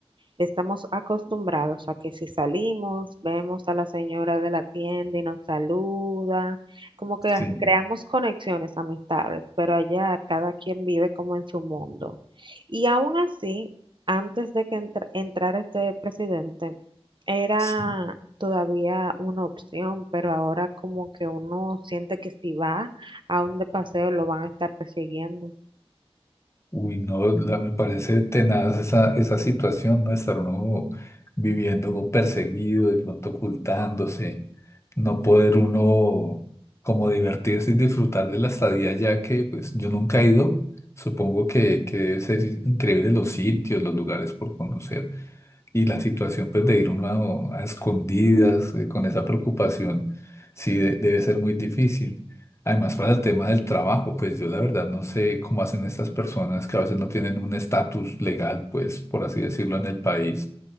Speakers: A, on the right; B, on the left.
A: Estamos acostumbrados a que si salimos, vemos a la señora de la tienda y nos saluda, como que
B: Sí,
A: creamos conexiones amistades, pero allá cada quien vive como en su mundo. Y aún así, antes de que entr- entrara este presidente, era
B: sí.
A: todavía una opción, pero ahora como que uno siente que si va a un de paseo lo van a estar persiguiendo.
B: Uy, no, la- me parece tenaz esa, esa situación, ¿no? Estar uno viviendo como perseguido, de pronto ocultándose, no poder uno como divertirse y disfrutar de la estadía, ya que pues yo nunca he ido. Supongo que, que debe ser increíble los sitios, los lugares por conocer. Y la situación pues de ir uno a, a escondidas eh, con esa preocupación, sí de- debe ser muy difícil. Además, para el tema del trabajo, pues yo la verdad no sé cómo hacen estas personas que a veces no tienen un estatus legal, pues por así decirlo, en el país,